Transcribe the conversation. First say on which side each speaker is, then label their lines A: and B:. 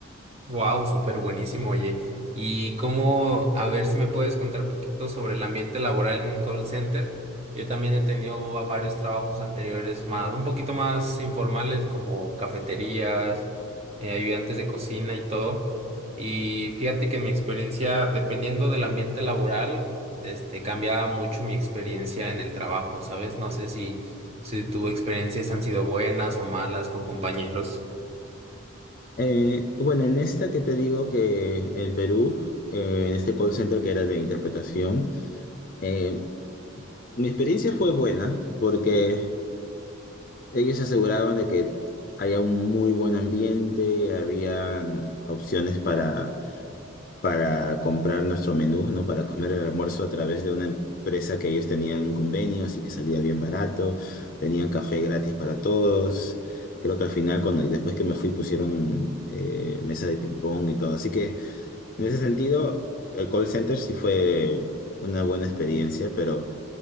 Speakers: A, on the right; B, on the left.
A: Wow, súper buenísimo, oye. Y cómo, a ver si me puedes contar un poquito sobre el ambiente laboral en un call center. Yo también he tenido va- varios trabajos anteriores más, un poquito más informales, como cafeterías, eh, ayudantes de cocina y todo. Y fíjate que en mi experiencia, dependiendo del ambiente laboral, este, cambiaba mucho mi experiencia en el trabajo, ¿sabes? No sé si, si tus experiencias han sido buenas o malas con compañeros.
B: Eh, bueno, en esta que te digo que en Perú, eh, en este call center que era de interpretación, eh, mi experiencia fue buena porque... Ellos se aseguraban de que había un muy buen ambiente, habían opciones para, para comprar nuestro menú, ¿no? Para comer el almuerzo a través de una empresa que ellos tenían un convenio, así que salía bien barato, tenían café gratis para todos. Creo que al final, cuando, y después que me fui, pusieron eh, mesa de ping-pong y todo. Así que en ese sentido, el call center sí fue una buena experiencia, pero